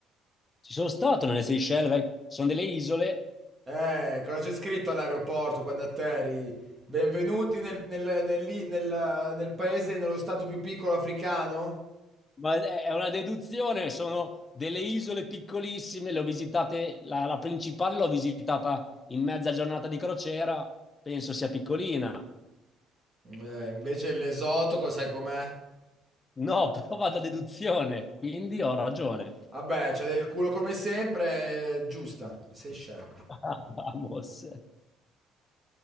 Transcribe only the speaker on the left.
Ci sono stato nelle Seychelles, vai- sono delle isole
Ma è è una deduzione, sono delle isole piccolissime, le ho visitate, la, la principale l'ho visitata in mezza giornata di crociera, penso sia piccolina.
No, <laughs> però vado a deduzione, quindi ho ragione.
<laughs> Vamos.